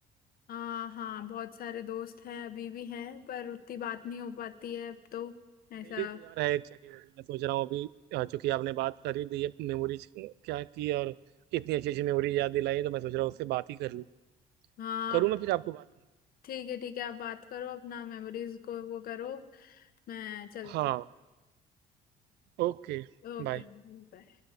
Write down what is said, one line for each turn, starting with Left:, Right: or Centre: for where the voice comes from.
Left: हाँ हाँ बहुत सारे दोस्त हैं अभी भी हैं पर उतनी बात नहीं हो पाती है अब तो ऐसा
Right: मेरी तो यार है एक चटी बटी मैं सोच रहा हूँ अभी अ, चूंकि आपने बात कर ही दी है मेमोरीज क्या की है और इतनी अच्छी अच्छी मेमोरी याद दिलाई है तो मैं सोच रहा हूँ उससे बात ही कर लूँ
Left: हाँ
Right: करूँ
Left: आप
Right: मैं फिर आपको बात
Left: ठीक है ठीक है आप बात करो अपना मेमोरीज को वो करो मैं चलती
Right: हाँ ओके
Left: ओके
Right: बाय
Left: बाय